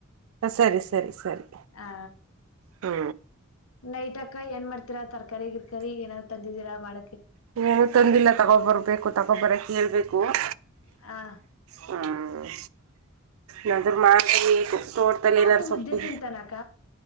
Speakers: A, on the right; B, on the left.
A: ಹ ಸರಿ ಸರಿ ಸರಿ
B: ಆ
A: ಹಾ
B: ನೈಟ್ ಅಕ್ಕ ಏನ್ ಮಾಡ್ತೀರಾ ತರ್ಕಾರಿ ಗಿರ್ಕಾರಿ ಏನಾದ್ ತಿದೀರಾ ಮಾಡ
A: ನೀಏನು ತಂದಿಲ್ಲ ತಗೊಬರ್ಬೇಕು ತಗೊಬರಕ್ ಹೇಳ್ಬೇಕು ಹ
B: ಹಾ
A: ಹ ನದರ ಮಾರ ತೋಡ್ತಲ್ಲ
B: ಪಾಪು
A: ನ ಸೊಪ್ಪ
B: ಮುದ್ದೆ ತಿಂತಾನಕ್ಕ